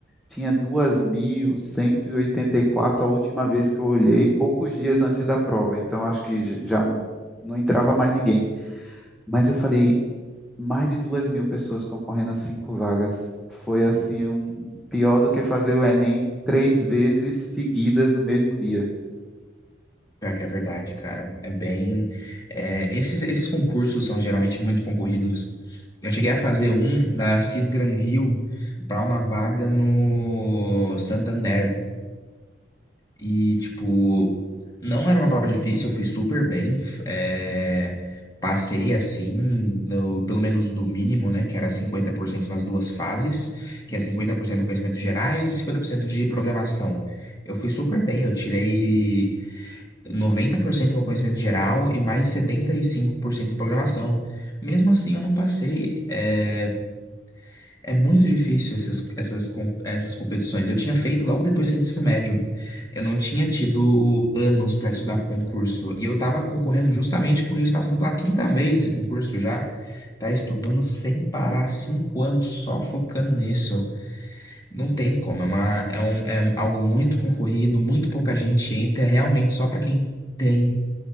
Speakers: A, in the centre; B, on the left.
A: Tinha duas mil cento e e oitenta e quatro a última vez que eu olhei, poucos dias antes da prova, então acho que j- já não, não entrava mais ninguém. Mas eu falei, mais de 2 mil pessoas concorrendo a cinco vagas. Foi assim, um, pior do que fazer o Enem três vezes seguidas no mesmo dia.
B: Pior que é verdade, cara. É bem. é, esses, esses concursos são geralmente muito concorridos. Eu cheguei a fazer um da Cis Gran Rio para uma vaga no Santander. E, tipo, não era uma prova difícil, eu fui super bem. f- é, passei assim, do- pelo menos do mínimo, né? Que era 50% nas duas fases, que é 50% de conhecimentos gerais e 50% de programação. Eu fui super bem, eu tirei 90% no conhecimento geral e mais 75% de programação. Mesmo assim, eu não passei. eh, é muito difícil essas, essas, com- essas competições. Eu tinha feito logo depois que eu saí do ensino médio. Eu não tinha tido anos para estudar para concurso. E eu tava concorrendo justamente porque a gente tá fazendo pela quinta vez esse concurso já. Tá estudando sem parar, cinco anos só focando nisso. Não tem como. É, uma, é, um, é algo muito concorrido, muito pouca gente entra. É realmente só para quem tem